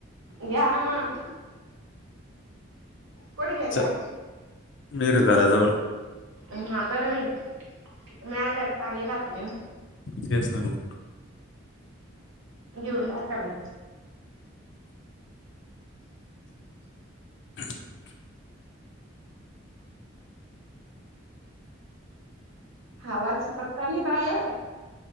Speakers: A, on the right; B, on the left.
A: घ्या ना मग कुठ घेत्या.
B: चा नीट घराजवळ
A: हा बरं मी मिळाल्यार पाणी टकून
B: तेच ना मग
A: घेऊन टाका ना.
B: <unintelligible>
A: हावाच पत्ता नाही बाहेर